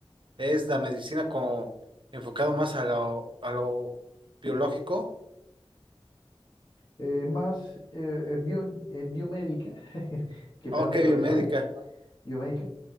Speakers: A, on the right; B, on the left.
A: es la medicina como enfocado más a lo, a lo biológico.
B: Eh, más, eh, es bio- es biomédica, <laughs> qué pena
A: Ah, Ok,
B: te corrijo,
A: biomédica.
B: ¿eh? Biomédica.